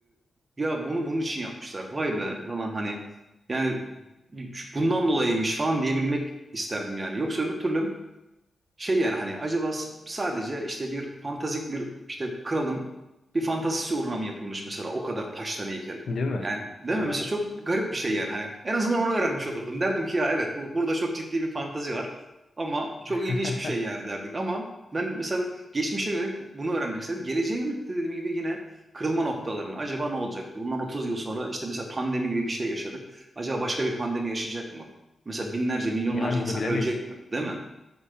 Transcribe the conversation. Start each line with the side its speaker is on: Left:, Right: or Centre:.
Right: e, ya bunu bunun için yapmışlar. Vay be falan hani yani bundan dolayıymış falan diyebilmek isterdim yani. Yoksa öbür türlü şey yani hani acaba s- sadece işte bir fantastik bir işte kralın bir fantazisi uğruna mı yapılmış mesela o kadar taştan heykel.
Left: Değil mi?
Right: Yani değil
Left: Evet.
Right: mi? Mesela çok garip bir şey yani hani en azından onu öğrenmiş olurdum. Derdim ki ya evet bu burada çok ciddi bir fantazi var ama çok
Left: <laughs>
Right: ilginç bir şey yani derdik ama ben mesela geçmişe yönelik bunu öğrenmek istedim. Geleceğe yönelik de dediğim gibi yine kırılma noktalarını acaba ne olacaktı? Bundan 30 yıl sonra işte mesela pandemi gibi bir şey yaşadık. Acaba başka bir pandemi yaşayacak mı? Mesela binlerce, milyonlarca
Left: Yani
Right: insan
Left: bunu bilemeyiz.
Right: ölecek mi? Değil mi?